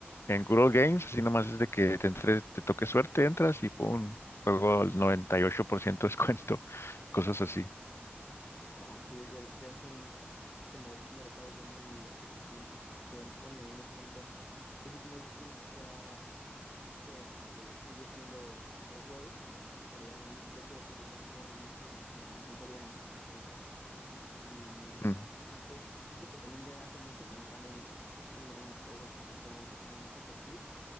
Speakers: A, on the left; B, on the left.
A: en Good Old Games, así nomás es de que te entre, te toque suerte, entras y pum, juego al 98% descuento, <laughs> cosas así.
B: No, pues ya, ya- ya son de mer- mercados ya muy ah, distintos, que ya los ponen a un descuento. Pues sí, como dices tú, ya que, que sigue siendo pues, el buen juego, pero ya no un precio exorbitante o ridículo como lo manejan todavía en las consolas. Y
A: Mm.
B: no sé, sí, sí, siento que también ya hace mucho que no sale un, un gran juego así que sea un, un super hit.